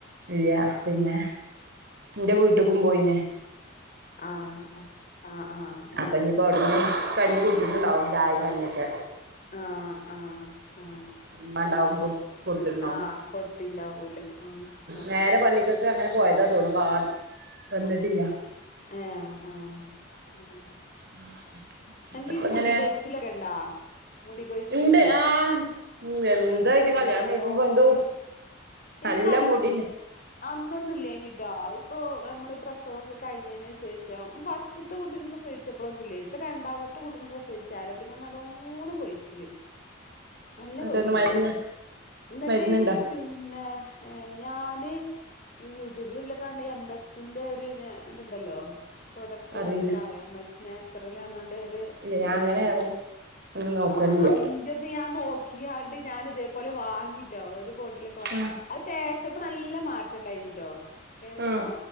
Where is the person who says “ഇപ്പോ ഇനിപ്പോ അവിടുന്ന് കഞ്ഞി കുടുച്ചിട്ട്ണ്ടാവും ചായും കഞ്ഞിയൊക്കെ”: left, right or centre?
Right